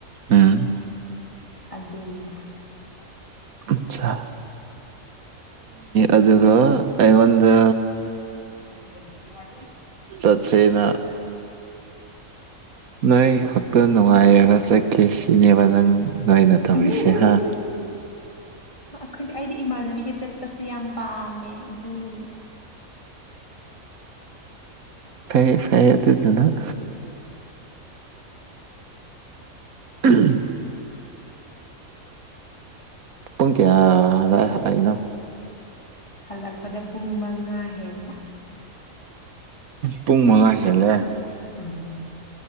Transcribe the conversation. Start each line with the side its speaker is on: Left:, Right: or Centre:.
Right: ꯎꯝ
Left: ꯑꯗꯨꯅꯤꯗ
Right: ꯑꯆꯥ ꯑꯗꯨꯒ ꯑꯩꯉꯣꯟꯗ
Left: ꯌꯥꯝ ꯋꯥ
Right: ꯆꯠꯆꯦꯅ ꯅꯣꯏ ꯈꯛꯇ ꯅꯨꯡꯉꯥꯏꯔꯒ ꯆꯠꯈꯤꯦ ꯁꯤꯅꯦꯕ ꯅꯪ ꯅꯣꯏꯅ ꯇꯧꯔꯤꯁꯦ
Left: ꯍꯝ ꯍꯝ
Right: ꯍꯥ
Left: ꯍꯝ ꯑꯩꯈꯣꯏꯗꯤ ꯑꯩꯗꯤ ꯏꯃꯥꯟꯅꯕꯤꯒ ꯆꯠꯄꯁꯦ ꯌꯥꯝ ꯄꯥꯝꯃꯦ ꯑꯗꯨꯅꯅꯤ
Right: ꯐꯩꯌꯦ ꯐꯩꯌꯦ ꯑꯗꯨ ꯑꯗꯨꯗꯅ ꯎꯝ ꯄꯨꯡ ꯀꯌꯥ ꯍ ꯍꯂꯏꯅꯣ
Left: ꯍꯜꯂꯛꯄꯗ ꯄꯨꯡ ꯃꯉꯥ ꯍꯦꯜꯂꯦ
Right: ꯄꯨꯡ ꯃꯉꯥ ꯍꯦꯜꯂꯦ
Left: ꯎꯝ